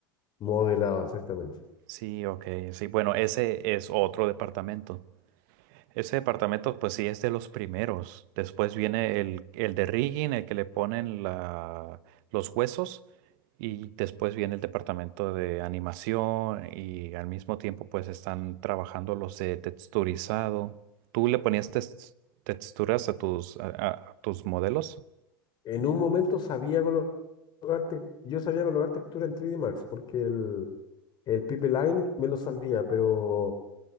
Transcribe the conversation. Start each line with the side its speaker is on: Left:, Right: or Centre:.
Left: Modelado, exactamente.
Right: Sí, ok, sí, bueno, ese es otro departamento. Ese departamento, pues sí, es de los primeros. Después viene el, el de rigging, el que le ponen la, los huesos. Y después viene el departamento de animación y al mismo tiempo pues están trabajando los de texturizado. ¿Tú le ponías tex- texturas a tus, a, a- a tus modelos?
Left: En un momento sabía colocar, tec- yo sabía colocar textura en 3D Max porque el, el Pipeline me lo sabía, pero